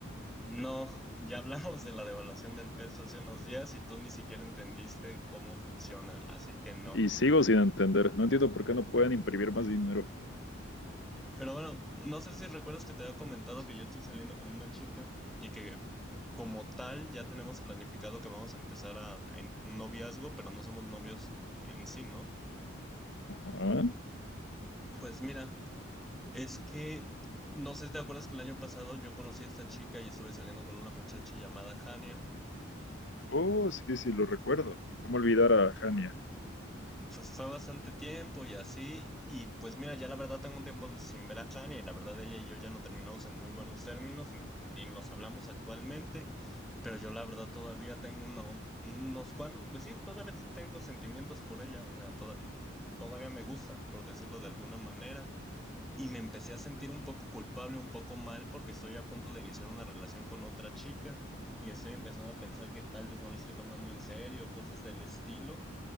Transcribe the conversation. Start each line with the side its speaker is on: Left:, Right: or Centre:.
Centre: No, ya hablamos de la devaluación del peso hace unos días y tú ni siquiera entendiste cómo funciona, así que no.
Left: Y sigo sin entender. No entiendo por qué no pueden imprimir más dinero.
Centre: Pero bueno, no sé si recuerdas que te había comentado que yo estoy saliendo con una chica y que como tal ya tenemos planificado que vamos a empezar a, en un noviazgo, pero no somos novios en sí, ¿no?
Left: Ajá.
Centre: Pues mira. Es que, no sé si te acuerdas que el año pasado yo conocí a esta chica y estuve saliendo con una muchacha llamada Hania.
Left: Oh, sí, sí, lo recuerdo. ¿Cómo olvidar a Hania?
Centre: Pues fue bastante tiempo y así. Y pues mira, ya la verdad tengo un tiempo sin ver a Hania y la verdad ella y yo ya no terminamos en muy buenos términos ni, ni nos hablamos actualmente. Pero yo la verdad todavía tengo uno- unos cuantos, pues sí, todavía tengo sentimientos por ella. O sea, toda- todavía me gusta, por decirlo de alguna manera. y me empecé a sentir un poco culpable, un poco mal, porque estoy a punto de iniciar una relación con otra chica y estoy empezando a pensar que tal vez no le estoy tomando en serio, cosas del estilo